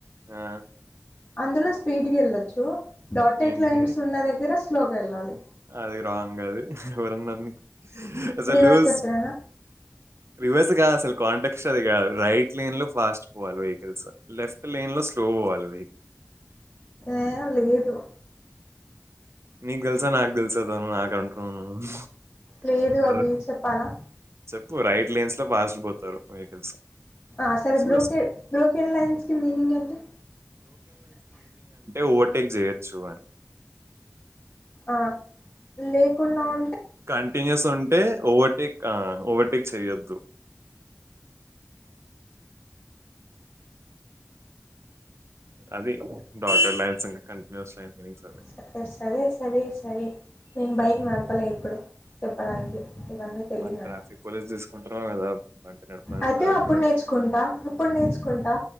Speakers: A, on the right; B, on the left.
A: ఆ!
B: అందులో స్పీడ్కి వెళ్ళొచ్చు డాటెడ్
A: ఏంటి?
B: లైన్స్ ఉన్న దగ్గర శ్లో గా వెళ్ళాలి
A: అది రాంగ్ అది ఎవరన్నా అసలు
B: రివర్స్
A: లూస్
B: చెప్పినానా
A: రివేర్స్ కాద్ అసలుంటక్ట్ టెక్స్ట్ అది కాదు రైట్ లేన్ లో ఫాస్ట్ పోవాలి వెహికల్స్ లెఫ్ట్ లైన్ లో స్లో పోవ్వాలి
B: ఏ లేదు
A: నీకు తెెలుసా నాకు తెెలుస తను నాకు అంటున్నా వ్ నువు
B: లేదు అభి చెప్పాలా
A: చెప్పు రైట్ లైన్స్ లో ఫాస్ట్ పోతారు వెహికల్స్
B: అసలు
A: సో
B: బ్రోకెడ్ బ్రోకెన్ లైన్స్కిి మీనింగ్ ఏంటి
A: ఓవర్టెక్ జయచూ అని
B: ఆ లేకున్న ఉ
A: కంటిన్యూస్ ఉంటే ఓవర్టేక్ ఓవర్ టేక్ చేయద్దు అది డాటెడ్ లైన్స్ ఇకా కంటిన్యూస్ లైన్ మీనింగ్స్ అవి
B: సరే సరే సరే సరే నేను బైక్ నడపలే ఎప్పుడు చెప్పడానికి ఇవన్నీ తెలియదు
A: మా
B: నాకు
A: ట్రాఫిక్ పోలీస్ తీసుకుంటున్నా లేదా బంట నడపంట
B: అయితే
A: అవి
B: అప్పుడు
A: కూడా
B: నేర్చుకుంటా అప్పుడు నేర్చుకుంటా